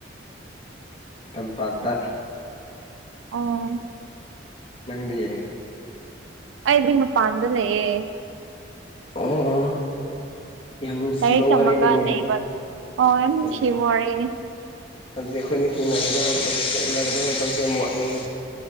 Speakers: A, on the left; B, on the right.
A: ꯇꯝꯄꯥꯛꯇ
B: ꯑꯣ
A: ꯅꯪꯗꯤꯌꯦ
B: ꯑꯩꯗꯤ ꯃꯄꯥꯟꯗ ꯂꯩꯌꯦ
A: ꯑꯣ ꯌꯥꯝ ꯅꯨꯡꯁꯤꯕ
B: ꯂꯥꯏꯔꯤꯛ ꯇꯝꯃꯒ
A: ꯋꯥꯔꯤꯅꯤꯅꯦ
B: ꯂꯩꯕ ꯑꯣ ꯌꯥꯝ ꯅꯨꯡꯁꯤꯕ
A: ꯎꯝ
B: ꯋꯥꯔꯤꯅꯤ
A: ꯑꯗꯨꯗꯤ ꯑꯩꯈꯣꯏꯅ ꯊꯦꯡꯅꯒꯗꯕ ꯃꯇꯝ ꯎꯅꯒꯗꯕ ꯃꯇꯝꯁꯦ ꯌꯥꯝ ꯋꯥꯠꯂꯤꯅꯤ